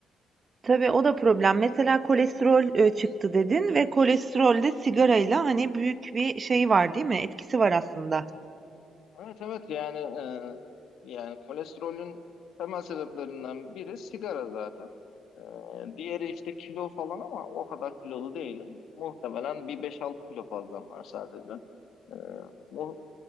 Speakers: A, on the right; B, on the left.
A: tabii o da problem. Mesela kolesterol e, çıktı dedin ve kolesterolde sigarayla hani büyük bir şey var, değil mi? Etkisi var aslında.
B: Evet evet yani e, yani kolesterolün temel sebeplerinden biri sigara zaten. Ee, diğeri işte kilo falan ama o kadar kilolu değilim. Muhtemelen bir beş altı kilo fazlam var sadece. Ee, mu-